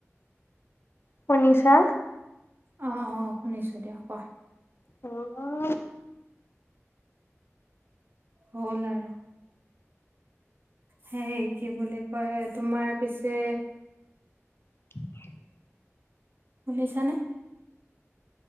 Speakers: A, on the left; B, on the right.
A: শুনিছা।
B: অ' অ শুনিছোঁ দিয়া কোৱা।
A: <unintelligible>
B: হ'ল আৰু। সেই কি বুলি কয় তোমাৰ পিছে
A: <inaudible>
B: শুনিছা নে।